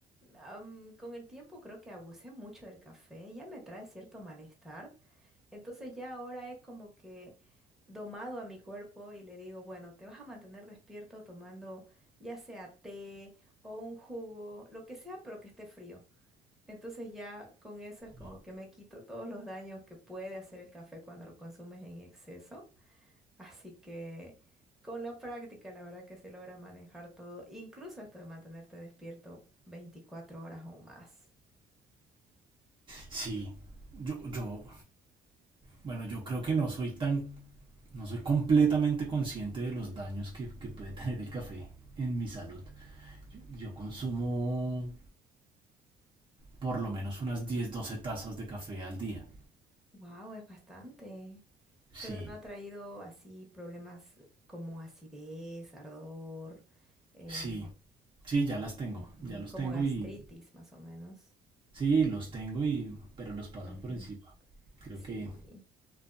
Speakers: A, in the centre; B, on the right.
A: am, con el tiempo creo que abusé mucho del café. Ya me trae cierto malestar. Entonces ya ahora es como que domado a mi cuerpo y le digo, bueno, te vas a mantener despierto tomando ya sea té o un jugo, lo que sea, pero que esté frío. Entonces ya con eso es como
B: wow.
A: que me quito todos los daños que puede hacer el café cuando lo consumes en exceso. Así que con la práctica la verdad que se logra manejar todo, incluso esto de mantenerte despierto 24 horas o más.
B: sí, yo, yo, Bueno, yo creo que no soy tan, no soy completamente consciente de los daños que, que puede tener el café en mi salud. Yo consumo por lo menos unas 10, 12 tazas de café al día.
A: Wow, es bastante.
B: Sí,
A: Pero no ha traído así problemas como acidez, ardor, eh,
B: sí, sí, ya las tengo,
A: ujú,
B: ya los
A: como
B: tengo
A: gastritis
B: y
A: más o menos.
B: sí, los tengo y pero los paso
A: Ujú,
B: por encima. Creo
A: Sí.
B: que